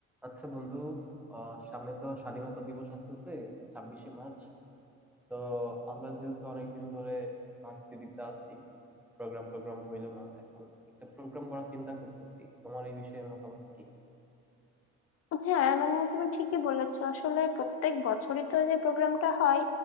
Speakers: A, in the centre; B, on the left.
A: আচ্ছা বন্ধু আহ সামনে তো স্বাধীনতা দিবস আসতেছে ছাব্বিশে মার্চ তো আমরা যেহেতু অনেকদিন ধরে ভার্সিটিতে আছি প্রোগ্রাম টোগ্রাম হইলো না এখন একটা প্রোগ্রাম করার চিন্তা করতেছি তোমার এই বিষয়ে মতামত কি
B: হ্যাঁ মানে তুমি ঠিকই বলেছো আসলে প্রত্যেক বছরই তো যে প্রোগ্রামটা হয়